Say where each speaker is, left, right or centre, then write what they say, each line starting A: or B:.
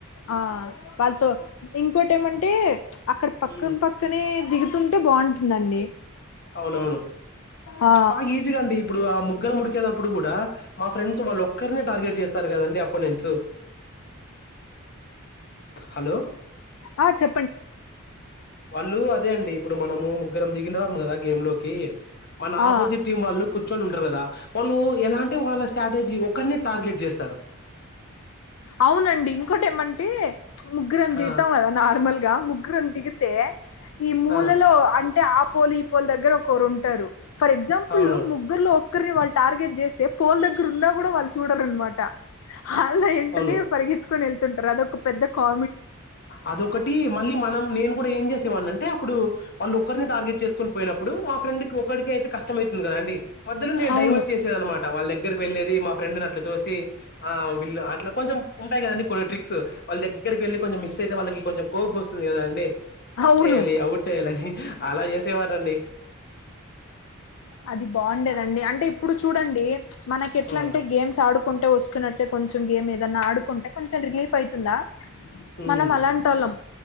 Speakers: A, on the left; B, on the left.
A: ఆ పతో ఇంకోటి ఏమంటే అక్కడ పక్కన
B: ఉమ్,
A: పక్కనే దిగుతుంటే బాగుంటుందండి
B: అవునవును
A: ఆ
B: బాగా ఈజీగా అండి ఇప్పుడు ఆ ముగ్గుర ముడికేటప్పుడు కూడా మా ఫ్రెండ్స్ వాళ్ళ ఒక్కరినే టార్గెట్ చేస్తారు కదండి అపోనెంట్స్ హలో
A: ఆ చె
B: వాళ్ళు అదే అండి ఇప్పుడు మనము ముగ్గురం దిగిన రాము కదా గేమ్ లోకి మన ఆపోజిట్
A: ఆ
B: టీం వాళ్ళు కూర్చొని ఉంటారు కదా వాళ్ళు ఎలాంటే వాళ్ళ స్ట్రాటజీ ఒకరినే టార్గెట్ చేస్తారు
A: అవునండి ఇంకోటి ఏమంటే ముగ్గురంత
B: ఆ
A: తితా అదా నార్మల్గా ముగ్రం దిగితే ఈ మూలలో
B: ఆ
A: అంటే ఆ పోలి ఈ పోలి దగ్గర ఒకరు ఉంటారు ఫర్ ఎగ్జాంపుల్
B: అవునవును
A: ముగ్గురులో ఒక్కరిని వాళ్ళు టార్గెట్ చేస్తే పోల్ దగ్గర ఉన్నా కూడా వాళ్ళు చూడరునమాట వాళ్ళ ఇంటనే
B: అవును
A: పరిగత్ుకొని వెళ్తుంటారు అదొక పెద్ద కా
B: అదొకటి మళ్ళీ మనం నేను ఏం చేసేవాళ్ అంటే అప్పుడు వాళ్ళు ఒకరిని టార్గెట్ చేసుకొని పోయినప్పుడు మా ఫ్రెండ్ ఒకరికి అయితే కష్టమ అయితే కదండి మధలో నేను
A: అవును
B: డైవర్ట్ చేసేది అనమాట వాళ్ళ దగ్గరికి వెళ్ళేది మా ఫ్రెండ్ని అట్ల తోసి ఆ వీళ్ళు అట్ కొంచెం ఉంటయిదండి కొన్ని ట్రిక్స్ వాళ్ళ దగ్గర దగ్గరికి వెళ్ళి కొంచెం మిస్ అయితే వాళ్ళకి కొంచెం కోప్ వస్తుంది కద అం టచ్
A: అవును
B: చేయాలి అవుట్ చేయాలని అలా చేసేవాారండి
A: అది బాగుండేదండి అంటే ఇప్పుడు చూడండి మనకి ఎట్లా
B: ఆ!
A: అంటే గేమ్స్ ఆడుకు కుంటే వస్తున్నట్లే కొంచెం గేమ్ ఏదన్నా ఆడుకుంటే కొంచెం రిలీఫ్ అయితుందా
B: హ్మ్.
A: మనం అలంటోల్లం